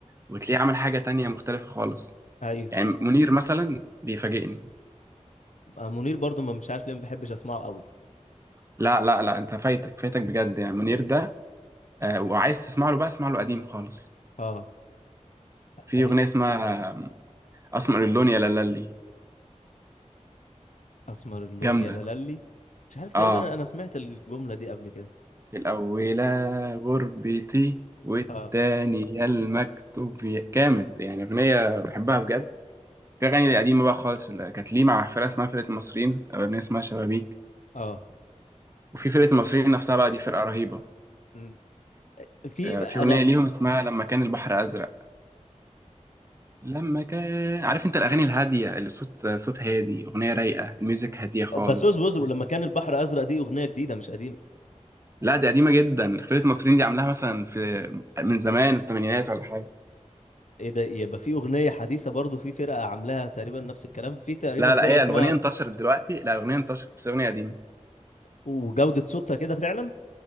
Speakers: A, on the right; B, on the left.
A: وتلاقيه عمل حاجه تانية مختلفه خالص
B: ايوه
A: يعني منير مثلا بيفاجئني
B: آه، منير برضو ما مش عارف ليه ما بحبش اسمعه قوي
A: لا لا لا انت فايتك فايتك بجد يعني منير ده آه، وعايز تسمع له بقى اسمع له قديم خالص
B: اه
A: في
B: قديم
A: اغنيه اسمها آه، اسمر اللون يا لالي
B: اسمر اللون
A: جامده
B: يا لالي مش عارف تقريبا
A: اه
B: انا أنا سمعت الجملة دي قبل كده
A: الأولى غربتي والتانية
B: اه
A: المكتب يا- جامد يعني أغنية بحبها بجد في أغاني قديمة بقى خالص اللي كانت ليه مع فرقة اسمها فرقة المصريين أو أغنية اسمها شبابيك
B: اه
A: وفي فرقة المصريين نفسها بقى دي فرقة رهيبة
B: م. في
A: آه،
B: بقى-
A: في
B: انا
A: أغنية ليهم اسمها لما كان البحر أزرق لما كان عارف أنت الأغاني الهادية اللي صوت صوت هادي أغنية رايقة الميوزك هادية خالص
B: بسوس بوزر لما كان البحر ازرق دي اغنية جديدة مش قديمة
A: لا دي قديمة جدا فرقة المصريين دي عاملاها مثلا في من زمان في الثمانينات ولا حاجة
B: ايه ده يبقى في اغنية حديثة برضو في فرقة عاملاها تقريبا نفس الكلام في تقريبا
A: لا
B: فرقة
A: لا هي
B: اسمها
A: الأغنية انتشرت دلوقتي لا الأغنية انتشرت بس أغنية قديمة
B: وجودة صوتها كده فعلا